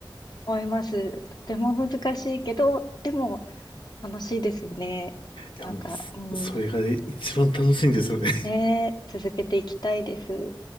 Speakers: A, on the left; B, on the left.
A: 思います。とても難しいけど、でも楽しいですよね。
B: いやもう
A: なんか、うん。
B: そ、それが一番楽しいんですよね。
A: ねえ、続けていきたいです。